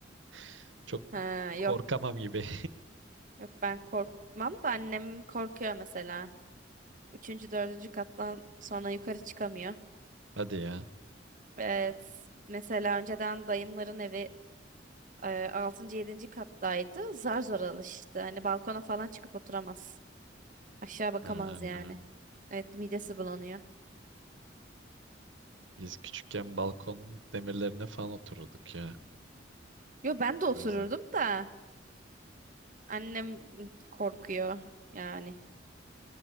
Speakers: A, on the right; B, on the right.
A: <laughs> Çok
B: Ha,
A: korkamam
B: yok.
A: gibi.
B: Yok ben korkmam da annem korkuyor mesela. Üçüncü, dördüncü kattan sonra yukarı çıkamıyor.
A: <laughs> Hadi ya.
B: Evet. Mesela önceden dayımların evi e, 6. 7. kattaydı. Zar zor alıştı. Hani balkona falan çıkıp oturamaz. Aşağı bakamaz
A: Ha,
B: yani. Evet midesi bulanıyor.
A: biz küçükken balkon demirlerine falan otururduk ya.
B: Yo ben de
A: O
B: otururdum
A: yüzden.
B: da annem ı, korkuyor yani.